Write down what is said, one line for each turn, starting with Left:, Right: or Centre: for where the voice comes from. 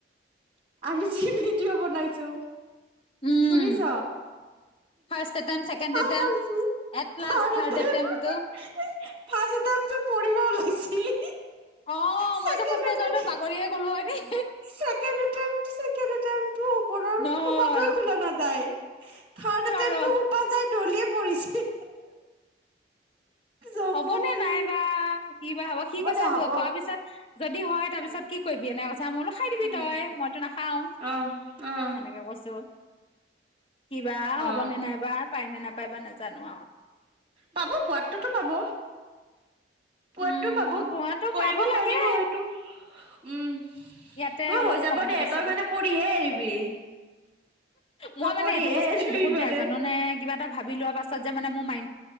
Right: <inaudible> আমি যি ভিডিঅ' বনাইছো
Left: উম
Right: শুনিছ
Left: ফাৰ্ষ্ট এটেম্প ছেকেণ্ড
Right: আমাৰ
Left: এটেম্প
Right: কি
Left: এট লাষ্ট
Right: তাৰ
Left: থাৰ্ড
Right: তাতে
Left: এটেম্পটো
Right: ফাষ্ট এটেমটো পৰিব ওলাইছিলি
Left: অ
Right: ছেকেণ্ড
Left: মই যে খোজ কাঢ়ি
Right: এটেম্প
Left: যাওঁতে বাগৰিয়ে গলো হয় দেই
Right: ছেকেণ্ড এটেম্প ছেকেণ্ড এটেমটো ওপৰৰ
Left: নহল
Right: সোপাটো খোলা নাযায় তাই থাড
Left: চ
Right: এটেমটো
Left: ৰ
Right: সোপা যায় দলিপ পৰিছে জমনি
Left: হ'বনে নাইবা বা হ'ব সি কৈছে
Right: দে হ'ব
Left: খোৱাৰ পিছত যদি হয় তাৰপিছত কি কৰিবি এনে কৈছা মই বোলো খাই দিবি
Right: উম
Left: তই মইতো নাখাও,
Right: অ অ
Left: সেনেকে কৈছো। কি বা
Right: অ
Left: হ'বনে নাইবা পাই নে নাপ- পাইবা নাজানো আও
Right: পাব পোৱাটোত টো পাব। পোৱাটো
Left: উম
Right: পাব
Left: তহতো
Right: কৰিব
Left: পাব লাগে
Right: পাৰিব সেইটো। উম
Left: ইয়াতে
Right: তোৰ
Left: অলপ
Right: হৈ যাব
Left: কম হ'ব
Right: দে তই
Left: চাগে।
Right: মানে কৰিহে এৰিবি তই
Left: মই মানে
Right: কৰিহে
Left: এইটো বস্তু
Right: এৰিবি
Left: মোক বহুত
Right: মানে
Left: বেয়া জাননে, কিবা এটা ভাবি লোৱা পাছ- ছত যে মোৰ মাইণ্ড